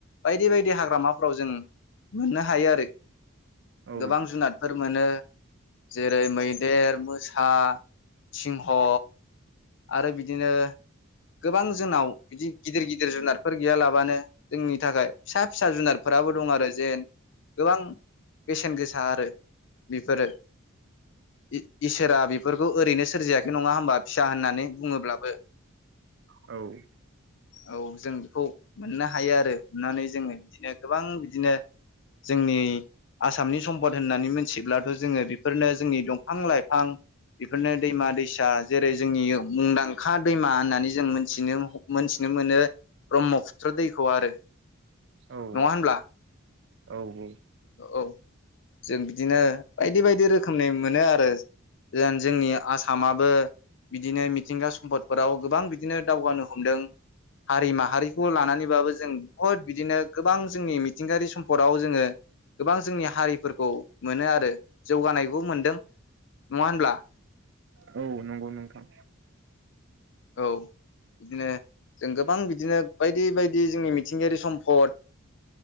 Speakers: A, on the left; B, on the right.
A: बायदि बायदि हाग्रामाफोराव जों मोननो हायो आरो
B: औ
A: गोबां जुनादफोर मोनो। जे जेरै- मैदेर, मोसा, सिंह आरो बिदिनो गोबां जोंनाव बिदि गिदिर गिदिर जुनार फोर गैया लाबानो जोंनि थाखाय फिसा फिसा जुनारफोराबो दं आरो जेन गोबां बेसेन गोसा आरो बेफोरो इ-इसोरा बेफोरखौ ओरैनो सोरजियाखै नङा होमबा? बिदा होननानै बुङोब्लाबो
B: औ
A: औ जों बेखौ मोननो हायो आरो अनानै जोङो बिदिनो गोबां बिदिनो जोंनि आसामनि सम्पद होननानै मिथिब्लाथ' जोङो बेफोरनो जोंनि दंफां-लाइफां बेफोरनो दैमा-दैसा। जेरै जोंनि मुंदांखा दैमा होननानै जों मोनथिनो-मोनथिनो मोनो ब्रह्मपुत्र दैखौ आरो
B: औ
A: नङा होनब्ला?
B: औ
A: औ जों बिदिनो बायदि बायदि रोखोमनि मोनो आरो जेन जोंनि आसामाबो बिदिनो मिथिंगा सम्पदफोराव गोबां बिदिनो दावगानो हमदों हारि माहारिखौ लानानैबाबो जों बुहुद बिदिनो गोबां जोंनि मिथिंगायारि सम्पदाव जोङो गोबां जोंनि हारिफोरखौ मोनो आरो जौगानायखौ मोनदों नङा होनब्ला?
B: औ नंगौ नोंथां
A: औ बिदिनो जों गोबां बिदिनो बायदि बायदि जोंनि मिथिंगायारि सम्फद,